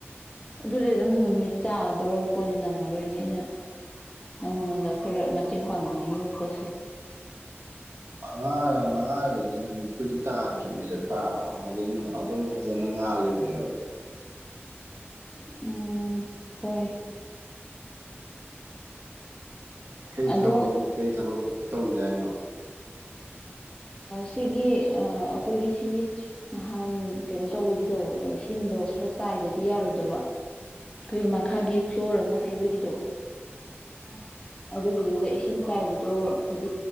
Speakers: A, on the left; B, on the right.
A: ꯑꯗꯨꯗꯤ ꯑꯗꯨꯝ ꯅꯨꯃꯤꯠ ꯇꯥꯗꯧꯔꯕ ꯄꯣꯠꯅꯤ ꯅꯪꯉꯔꯣꯏꯅꯤ ꯑꯩꯅ ꯅꯪꯉꯣꯟꯗ ꯑꯗ ꯈꯔ ꯃꯇꯦꯡ ꯄꯥꯡꯉꯒ ꯏ ꯀꯁꯦ
B: ꯃꯉꯥ ꯃꯉꯥ ꯑꯗꯨ ꯑꯗꯩ ꯅꯨꯃꯤꯠꯄꯨꯗꯤ ꯇꯥꯗ꯭ꯔꯤꯕꯅꯤꯗꯗꯤ ꯑꯗꯨꯝ ꯐꯖꯅ ꯉꯥꯜꯂꯤꯕꯅꯦꯕ
A: ꯎꯝ ꯍꯣꯏ
B: ꯀꯩ
A: ꯑꯗꯣ
B: ꯊꯕꯛꯅ ꯀꯩ ꯊꯕꯛ ꯇꯧꯖ ꯍꯥꯏꯅꯣ
A: ꯁꯤꯒꯤ ꯑꯩꯈꯣꯏꯒꯤ ꯁꯤꯒꯤ ꯅꯍꯥꯟ ꯀꯩꯅꯣ ꯇꯧꯕꯒꯤꯗꯣ ꯏꯁꯤꯡꯗꯣ ꯈꯔ ꯆꯥꯏꯗꯕꯤ ꯌꯥꯔꯣꯏꯗꯕ ꯑꯩꯈꯣꯏꯒꯤ ꯃꯈꯥꯒꯤ ꯐ꯭ꯂꯣꯔ ꯑꯃ ꯍꯥꯏꯩꯕꯒꯤꯗꯣ
B: ꯎꯝ
A: ꯑꯗꯨꯒꯤꯗꯨꯗ ꯏꯁꯤꯡ ꯆꯥꯏꯕꯗꯣ ꯍꯥꯏꯗꯤ